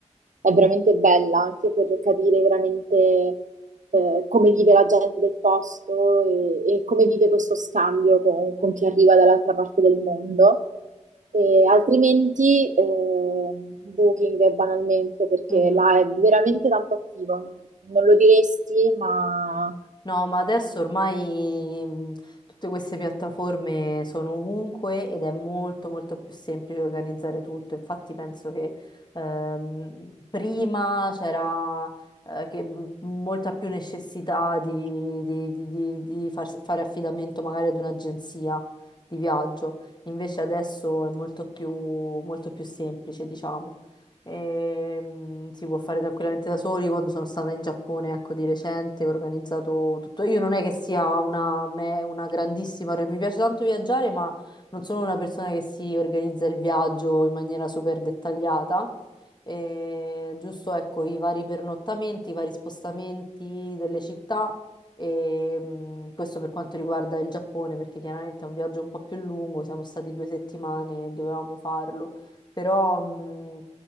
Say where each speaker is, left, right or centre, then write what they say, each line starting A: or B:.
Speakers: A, on the right (about 85°); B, on the left (about 35°).
A: è veramente bella anche per capire veramente eh, come vive la gente del posto e, e come vive questo scambio con, con chi arriva dall'altra parte del mondo. E altrimenti eh, Booking banalmente perché
B: Mhm.
A: là è veramente tanto attivo, non non lo diresti, ma
B: No, ma adesso ormai mh, tutte queste piattaforme sono ovunque ed è molto molto più semplice organizzare tutto. Infatti penso che ehm, prima c'era eh, che mh, molta più necessità di, di- di- di- di farsi- fare affidamento magari ad un'agenzia di viaggio. Invece adesso è molto più, molto più semplice, diciamo. Ehm, si può fare tranquillamente da soli. Io Quando sono stata in Giappone, ecco, di recente, ho organizzato tutto. Io non è che sia una, me- una grandissima, mi piace tanto viaggiare, ma non sono una persona che si organizza il viaggio in maniera super dettagliata. Eh, giusto, ecco, i vari pernottamenti, i vari spostamenti delle città. E, mh, questo per quanto riguarda il Giappone, perché chiaramente è un viaggio un po' più lungo, siamo stati due settimane e dovevamo farlo, però. mh,